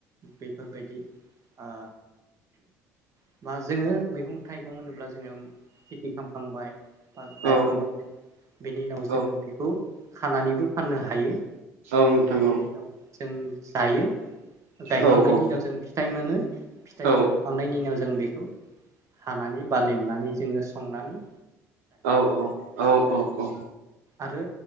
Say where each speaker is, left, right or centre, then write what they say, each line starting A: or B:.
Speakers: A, on the right; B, on the right.
A: बेफोरबायदि आ आं बा जोङो मैगं थाइगं होनोब्ला जोङो खेथि खामखांबाय बा गायखांबाय
B: औ
A: जों बेनि उनाव
B: औ
A: जोङो बेखौ खानानैबो फाननो हायो।
B: औ नोंगौ
A: बिनि उनाव जों जायो गायखांनायनि
B: औ औ
A: उनाव जोङो फिथाइ मोनो फिथाइ
B: औ
A: मोनखांनायनि उनाव जों बेखौओ बेखौ हानानै बा लेमनानै जोङो संनानैओ
B: औ औ औ औ औ।
A: आरो